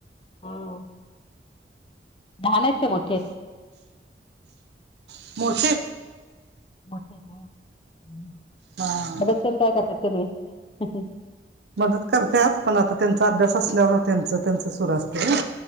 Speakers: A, on the left; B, on the right.
A: हो लहाण आहेत की मोठेे आहेत.
B: <unintelligible>
A: मदत
B: हा
A: पण काय करतात कि नाही.
B: मदत करत्यात. पण आता त्यांचा अभ्यास असल्यावर त्यांच त्यांच सुर असते ना.